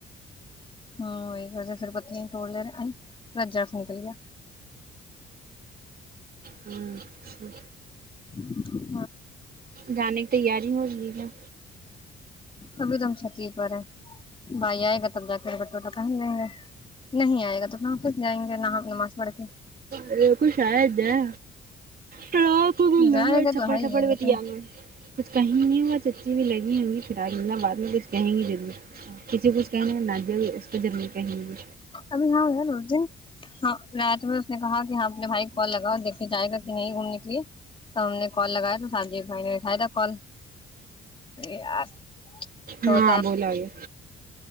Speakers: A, on the left; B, on the right.
A: ہ ہوں وہ بہ پھر پت توڑ لے رہا رججا سے نکل گیا
B: ہوں جی
A: اچ
B: گانے کی تیاری ہو رہی ہے گا
A: ابھی توم چتی پر ہے بھائییا ہے تب جا کر بٹوٹا پہن لیں گے نہیں آ گا تو ہم پھر جائیں گے نہ ہم معاس بڑکے
B: ارے ک شا جائے ٹراک کو گ
A: جائے
B: ل گے اور
A: گا
B: چپڑ
A: تو ہے ہی
B: تھھپڑ
A: ہے
B: بھی
A: لیکن
B: تیانا کچھ کہیں نہیں ہوگا چچی بھی لگی ہووںگی پا بعد میں بس کہیں گی جرور کسی کچھ کہنے نا د گ اس کو ضرور کہیں گے
A: ابھی ہاں ہے روز دن ہاں رات میں اس نے کہا کہ ج یہاں اپنے بھائی کال لگا دیکھنے جاہائے گا کہ نہیں گھومنے کے لیے تو ہم نے کال لگایا تو ساحب جی بھائی نے بٹھایا تھا کال یار تھوڑا
B: ہاں بولاوے